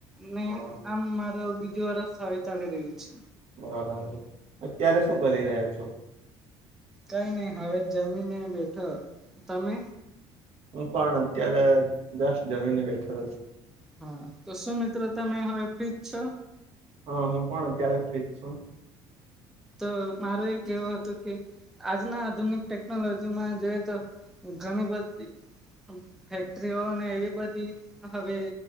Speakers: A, in the centre; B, on the right.
A: ને
B: હા
A: આમ મારા બીજું વરસ હવે ચાલી રહ્યું છે.
B: બરાબર, અત્યારે શું કરી રહ્યા છો?
A: કઈ નહી હવે જમીને બેઠો તમે?
B: હું પણ અત્યારે જસ્ટ જમીને બેઠેલો છું.
A: હા તો શું મિત્ર તમે હવે ફ્ર્રી જ છો?
B: હા હું પણ અત્યારે ફ્રી જ છું.
A: તો મારે એ કેવું હતું કે આજના આધુનિક ટેકનોલોજીમાં જોઈએ તો ઘણી બધી ફેક્ટરીઓ ને એવી બધી હવે